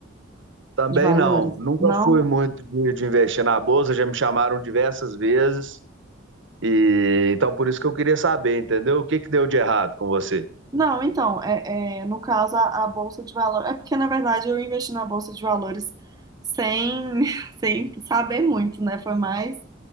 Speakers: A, on the right; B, on the right.
A: Também
B: de valores?
A: não. Nunca
B: Não?
A: fui muito de, de investir na bolsa, já me chamaram diversas vezes. E então por isso que eu queria saber, entendeu? O que que deu de errado com você?
B: Não, então, é, é, no caso, a, a Bolsa de Valores. É porque, na verdade, eu investi na Bolsa de Valores sem, <laughs> sem saber muito, né? Foi mais